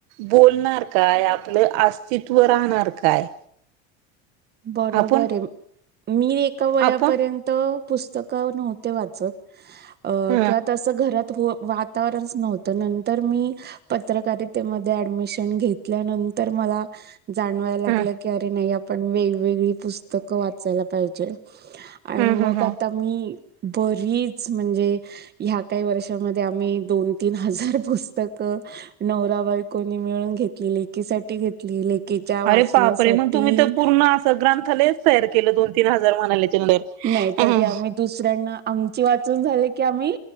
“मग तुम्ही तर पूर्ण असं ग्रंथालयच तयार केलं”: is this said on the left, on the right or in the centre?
Right